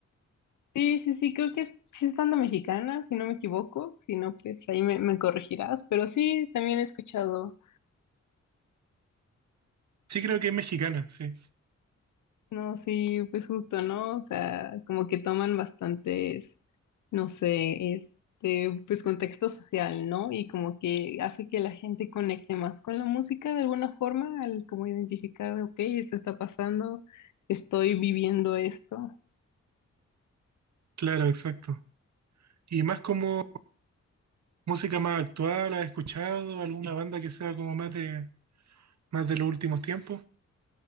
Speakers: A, on the left (about 80°); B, on the right (about 65°).
A: Sí, sí, sí, creo que es, sí es banda mexicana, si no me equivoco, si no, pues ahí me, me corregirás, pero sí, también he escuchado
B: Sí creo que es mexicana, sí,
A: No, sí, pues justo, ¿no? O sea, como que toman bastantes, no sé, este, pues contexto social, ¿no? Y como que hace que la gente conecte más con la música de alguna forma, al como identificar, ok, esto está pasando, estoy viviendo esto.
B: claro, exacto. Y más como música más actual, ¿has escuchado alguna banda que sea como más de... más de los últimos tiempos.